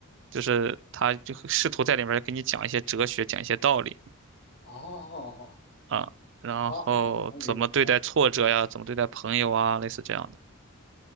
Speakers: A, on the right; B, on the left.
A: 就是他就会试图在里面给你讲一些哲学，讲一些道理
B: 哦
A: 啊，然后怎么对待挫折呀，
B: 哦，哦我能明白哦
A: 怎么对待朋友啊，类似这样的。